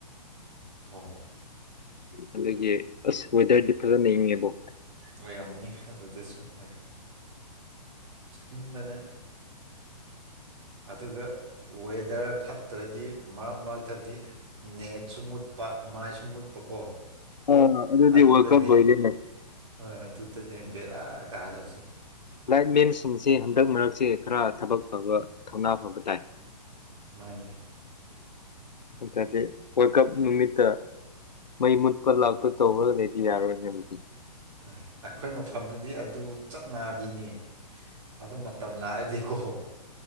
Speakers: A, on the right (about 45°); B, on the left (about 85°).
A: ꯑꯥ
B: ꯑꯗꯨꯗꯒꯤ ꯑꯁ ꯋꯦꯗꯔꯗꯤ ꯐꯖꯅ ꯢꯉꯦꯕꯣ
A: ꯑꯣꯏꯔꯝꯅꯤ ꯑꯗꯨꯗꯁꯨ ꯍꯣꯏ ꯏꯟꯕꯅ ꯑꯗꯨꯒ ꯋꯦꯗꯔ ꯐꯠꯇ꯭ꯔꯗꯤ ꯃꯔꯛ ꯃꯔꯛꯇꯗꯤ ꯅꯦꯠꯁꯨ ꯃꯨꯠꯄ ꯃꯥꯏꯁꯨ ꯃꯨꯠꯄꯀꯣ
B: ꯑ ꯑꯗꯨꯗꯤ
A: ꯑꯗꯨꯗꯅꯦ
B: ꯋꯥꯜꯀꯞ ꯂꯣꯏꯔꯦꯅꯦ
A: ꯍꯣꯏ ꯑꯗꯨꯗꯅꯦ ꯕꯦꯔꯥ ꯀꯥꯗꯧꯁꯦ
B: ꯂꯥꯏꯠꯃꯦꯟꯁꯤꯡꯁꯤ ꯍꯟꯗꯛ ꯃꯔꯛꯁꯤ ꯈꯔ ꯊꯕꯛ ꯐꯕ ꯊꯧꯅꯥ ꯐꯕ ꯇꯥꯏ
A: ꯃꯥꯅꯤ
B: ꯅꯠꯇꯔꯗꯤ ꯋꯥꯔꯜ ꯀꯞ ꯅꯨꯃꯤꯠꯇ ꯃꯩ ꯃꯨꯠꯄ ꯂꯥꯛꯄ ꯇꯧꯔꯒ ꯂꯩꯗꯤ ꯌꯥꯔꯣꯏꯅꯦ ꯑꯗꯨꯗꯤ
A: ꯍꯣꯏ ꯑꯩꯈꯣꯏ ꯃꯐꯝꯗꯗꯤ ꯑꯗꯨ ꯆꯠꯅꯥꯕꯤꯅꯤ ꯑꯗꯨ ꯃꯇꯝ ꯂꯥꯛꯑꯗꯤꯀꯣ